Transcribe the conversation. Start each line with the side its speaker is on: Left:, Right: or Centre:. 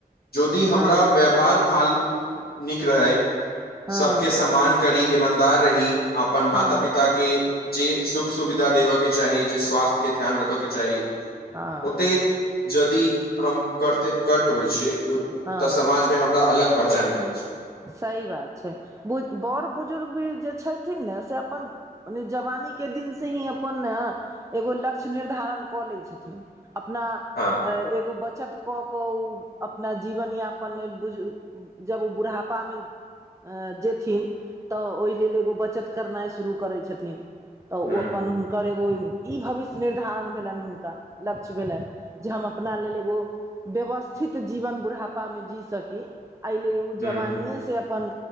Left: जोदि हमरा
Right: हँ
Left: व्यवहार भाल नीक रहै
Right: हँ
Left: सबके समान करी ईमानदार रही अपन माता
Right: हँ
Left: पिता क के जे सुख सुविधा देबय के चाही जे स्वास्थ्य के ध्यान रखऽ के चाही
Right: हँ
Left: ओते जदि हम करते कर पबै छियै
Right: हँ
Left: तऽ समाज मे हमरा अलग पहचान बनै छै
Right: सही बात छै बु बड़ बुजुर्ग भी जे छथिन ने से अपन ओने जवानी के दिन से ही अपन एगो लक्ष्य निर्धारण कऽ लै छथिन अपना
Left: हँ
Right: एगो बचत कऽ कऽ उ अपना जीवन यापन लेल बुज जब उ बुढ़ाप पा मे <inaudible> जेथिन तऽ ओय लेल एगो बचत करनाइ शुरू करै छथिन तऽ उ
Left: ह
Right: अप्पन हुनकर एगो ई भविष्य निर्धारण भेलनि हुनकर लक्ष्य भेलनि जे हम अपना लेल एगो व्यवस्थित जीवन बुढ़ापामे जी सकी अय लेल उ
Left: ह
Right: वानीये
Left: ह
Right: सॅं अपन